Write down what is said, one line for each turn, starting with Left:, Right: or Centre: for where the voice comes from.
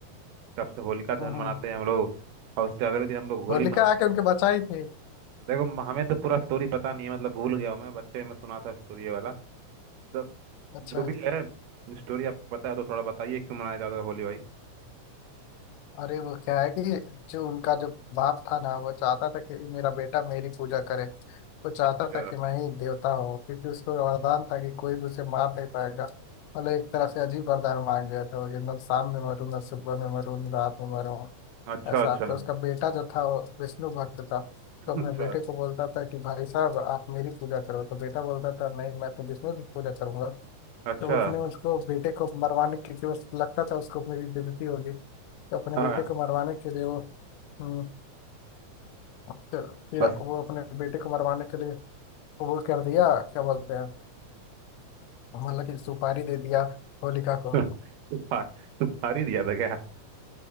Right: तब से होलिका दहन
Left: हाँ हाँ।
Right: मनाते हैं हम लोग और उसके अगले दिन हम लोग होली
Left: होलिका
Right: मनाते
Left: आके उनके बचाई थी
Right: हैं। देखो म- हमें तो पूरा स्टोरी पता नहीं है मतलब भूल गया हूँ मैं बच्चे में सुना था स्टोरी ये वाला तो
Left: अच्छा
Right: जो भी है स्टोरी आपको पता है तो थोड़ा बताइए क्यों मनाया जाता है होली भाई
Left: अरे वो क्या है कि जो उनका जो बाप था ना वो चाहता था कि मेरा बेटा मेरी पूजा करे वो चाहता
Right: अच्छा
Left: था कि मैं ही देवता हूँ क्योंकि उसको वरदान था कि कोई भी उसे मार नहीं पाएगा मतलब एक तरह से अजीब वरदान मांग लिया था वो कि न शाम में मरूं न सुबह में मरूं न रात में मरूं
Right: अच्छा
Left: ऐसा
Right: अच्छा
Left: तो उसका बेटा जो था वो विष्णु भक्त था
Right: अच्छा
Left: तो अपने बेटे को बोलता था कि भाई साहब आप मेरी पूजा करो तो बेटा बोलता था नहीं मैं तो विष्णु की पूजा करूंगा
Right: अच्छा
Left: तो उसने उसको बेटे को मरवाने के लिए उस लगता था उसको मेरी बेइज्जती होगी तो अपने
Right: हाँ
Left: बेटे को मरवाने के लिए वो हम्म, तो फिर
Right: बस
Left: वो अपने बेटे को मरवाने के लिए वो कर दिया क्या बोलते हैं मतलब कि सुपारी दे दिया होलिका को
Right: <laughs> हाँ, तू फारी दिया था क्या <laughs>